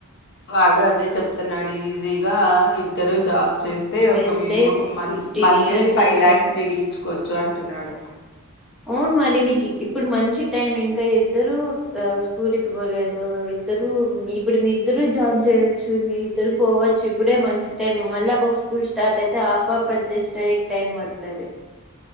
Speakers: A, on the left; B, in the centre.
A: వాడు అదే చెప్తను నడు ఈజీగా ఇ ఇద్దరు జాబ్ చేస్తే ఒక
B: వేస్తే
A: మినిమం
B: ఒక
A: మంత
B: ఫిఫ్టీన్
A: మంత్లీ
B: ఇయర్స్
A: ఫైవ్
B: అంతే
A: ల్యాక్స్ మిగిలిచుకోవచ్చు అంటున్నాడు
B: అవును మరి నీకు ఇప్పుడు మంచి టైం ఇంకా ఇద్దరు స్కూల్కి పోలేదు ఇద్దరు ఇప్పుడు మీ ఇద్దరు జబ్య మీ ఇద్దరు పోవచ్చు ఇప్పుడే మంచి టైమ్ మళ్ళీ పా స్కూల్ స్టార్ట్ అయితే ఆపప అడ్జెస్ట్ అయ టైం పడుతుది